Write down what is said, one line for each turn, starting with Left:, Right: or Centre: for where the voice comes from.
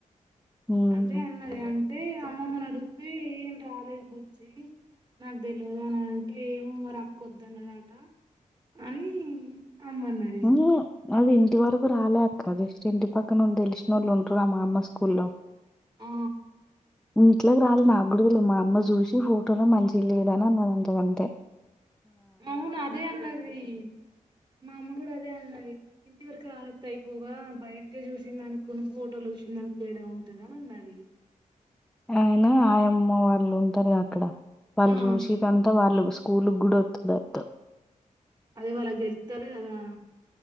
Centre: హ్మ్.
Right: అదే అన్నదిగా అంటే అమ్మమ్మని అడిగిపి ఏం రాలేదు బుజ్జి నాకు తెల్వద్ అని అంటే ఏమో మరి అక్కొద్దన్నదట అని అమ్మన్నది
Centre: హ్మ్. అది ఇంటి వరకు రాలే అక్క జస్ట్ ఇంటి పక్కనోళ్ళు తెలిసినోళ్ళు ఉంటారు గా మా అమ్మ స్కూల్లో
Right: ఆ
Centre: ఇంట్లోకి రాలె నాకూడా తెల్వదు మా అమ్మ చూసి ఫోటోలో మంచిగ్ లేడు అని అన్నదట అంతే
Right: అవును అదే అన్నది మా అమ్మ కూడా అద అదే అన్నది ఇంటి వరకు రానితే అయిపోవుగా బయిటె చూసిన దాని కొను ఫోటోలు చూసిన దానికి తేడా ఉంటది అని అన్నది
Centre: అయినా ఆయమ్మ వాళ్ళు ఉంటారుగా అక్కడ వాళ్ళు
Right: ఆ
Centre: చూసిరంట వాళ్ళు స్కూలుగుడా వస్తాడంట
Right: అదే వాళ్ళకి తెలుతది కదా